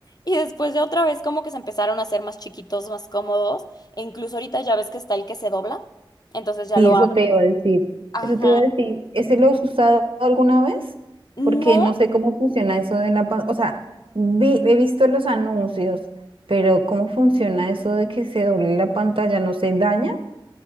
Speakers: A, on the left (about 50°); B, on the right (about 85°).
A: y después ya otra vez como que se empezaron a hacer más chiquitos, más cómodos, e incluso ahorita ya ves que está el que se dobla, entonces ya
B: Sí,
A: lo
B: eso
A: abres.
B: te iba a decir.
A: Ajá.
B: Eso te iba a decir. ¿Ese lo has usado alguna vez?
A: No,
B: Porque no sé cómo funciona eso de la... pan- O sea, vi- he visto los anuncios, pero ¿cómo funciona eso de que se doble la pantalla? ¿No se daña